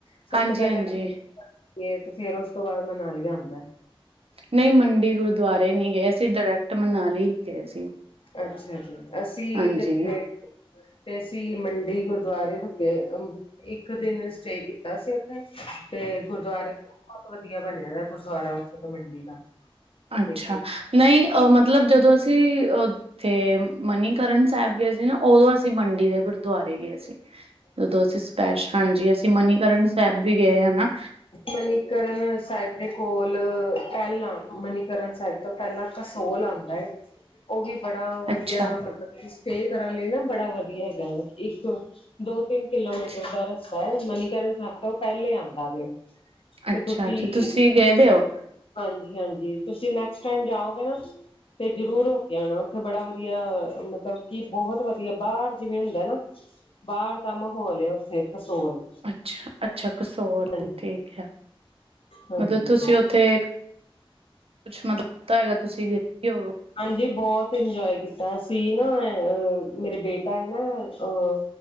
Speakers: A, on the left; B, on the right.
A: ਸਭ
B: ਹਾਂਜੀ-ਹਾਂਜੀ
A: ਤੋਂ ਪਹਿਲਾ ਤੇ ਫੇਰ ਉਸ ਤੋਂ ਬਾਦ ਮਨਾਲੀ ਆਂਦੈ।
B: ਨਹੀਂ ਮੰਡੀ ਗੁਰਦੁਆਰੇ ਨੀ ਗਏ ਅਸੀ ਡਰੈਕਟ ਮਨਾਲੀ ਹੀ ਗਏ ਸੀ।
A: ਅੱਛਾ ਅੱਛਾ ਅਸੀਂ
B: ਹਾਂਜੀ-ਹਾਂਜੀ
A: ਜੇ ਗਏ ਤੇ ਅਸੀਂ ਮੰਡੀ ਗੁਰ ਗੁਰਦੁਆਰੇ ਰੁਕੇ ਅਮ ਇੱਕ ਦਿਨ ਸਟੇ ਕੀਤਾ ਸੀ ਓਥੇ ਤੇ ਗੁਰਦੁਆਰੇ ਬੌਤ ਵਧੀਆ ਬਣਿਆ ਦਾਏ ਗੁਰਦਆਰਾ ਓਥੇ ਦਾ ਮੰਡੀ ਦਾ।
B: ਅੱਛਾ
A: ਤੇ
B: ਨਹੀਂ ਅ ਮਤਲਬ ਜਦੋਂ ਅਸੀਂ ਅ ਤੇ ਮਨੀਕਰਨ ਸੈਬ ਗਏ ਸੀ ਨਾ ਔਦੋਂ ਅਸੀਂ ਮੰਡੀ ਦੇ ਗੁਰਦੁਆਰੇ ਗਏ ਸੀ। ਜਦੋਂ ਅਸੀਂ ਸਪੈਸ਼ ਹਾਂਜੀ ਅਸੀਂ ਮਨੀਕਰਨ ਸੈਬ ਵੀ ਗਏ ਆ ਨਾ।
A: ਮਨੀਕਰਨ ਸਾਹਿਬ ਦੇ ਕੋਲ ਪੈਲਾਂ ਮਨੀਕਰਨ ਸਾਹਿਬ ਤੋਂ ਪੈਲਾਂ ਕਸੋਲ ਆਉਂਦਾ ਏ ਔ ਵੀ ਬੜਾ ਵਧੀਆ
B: ਅੱਛਾ,
A: ਮਤਲਬ ਕੀ ਸਟੇ ਕਰਨ ਲਈ ਨਾ ਬੜਾ ਵਧੀਆ ਹੈਗਾ ਔ, ਇੱਕ ਦੋ ਤਿੰਨ ਕਿਲੋਮੀਟਰ
B: ਅੱਛਾ,
A: ਦਾ ਰਸਤਾ ਏ, ਮਨੀਕਰਨ ਸਾਹਿਬ ਤੋਂ ਪੈਲੇ ਆਉਂਦਾ ਵੇ। ਤੇ
B: ਅੱਛਾ,
A: ਤੁਸੀਂ
B: ਅੱਛਾ ਗਏ ਦੇ ਹੋ
A: ਹਾਂਜੀ ਹਾਂਜੀ ਤੁਸੀਂ ਨੈਕਸਟ ਟੈਮ ਜਾਓਗੇ ਨਾ ਤੇ ਜਰੂਰ ਹੋ ਕੇ ਆਣਾ, ਔਥੇ ਬੜਾ ਵਧੀਆ ਮਤਲਬ ਕਿ ਬਹੁਤ ਵਧੀਆ ਬਾਰ ਜਿਵੇਂ ਹੁੰਦਾ ਨਾ ਬਾਰ ਦਾ ਮਾਹੌਲ ਏ ਔਥੇ ਕਸੋਲ।
B: ਛਾ ਅੱਛਾ ਕਸੋਲ
A: ਹਾਂਜੀ
B: ਠੀਕ ਹੈ,
A: ਹਾਂਜੀ
B: ਮਤਲਬ ਤੁਸੀਂ ਔਥੇ ਕੁਛ ਮਤਲਬ ਕੀਤਾ ਹੈਗਾ ਤੁਸੀਂ ਵੀ ਹੋ
A: ਹਾਂਜੀ, ਬੌਤ ਇੰਜੋਏ ਕੀਤਾ ਅਸੀ ਨਾ ਅ ਮੇਰੇ ਬੇਟਾ ਏ ਨਾ ਅਹ